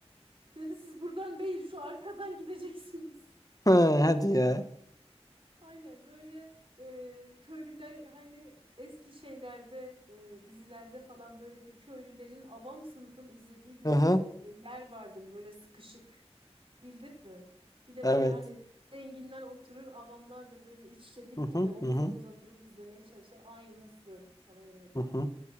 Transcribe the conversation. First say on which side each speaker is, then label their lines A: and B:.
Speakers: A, on the right; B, on the left.
A: <laughs> Dedi siz buradan değil şu arkadan gideceksiniz.
B: Hı, hadi ya.
A: Aynen böyle e, köylüler hani eski şeylerde e, dizilerde falan böyle bir köylülerin avam sınıfın izlediği bir
B: Hı hı.
A: e, yer vardır böyle sıkışık bildin mi? Bir de
B: Evet.
A: böyle hani zenginler oturur avamlar da böyle iç içe dip
B: Hı
A: dibe
B: hı
A: omuz
B: hı hı
A: omuza durup izlemeye çalışır. Ay nasıl sana yemin ederim.
B: hı hı.